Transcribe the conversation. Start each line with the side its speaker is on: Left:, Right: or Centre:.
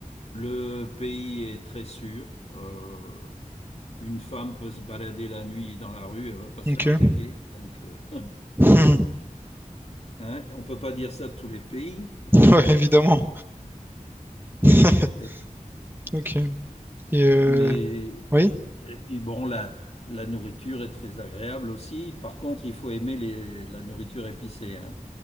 Left: Le pays est très sûr. Euh, une femme peut se balader la nuit dans la rue, elle ne va pas se
Right: ok.
Left: faire attaquer. Donc, euh, <laughs>
Right: <laughs>
Left: hein, on ne peut pas dire ça de tous les pays.
Right: Ouais, évidemment. <laughs>
Left: Et-
Right: Ok. Et euh,
Left: mais
Right: oui,
Left: et puis bon, la, la nourriture est très agréable aussi. Par contre, il faut aimer les, la nourriture épicée, hein.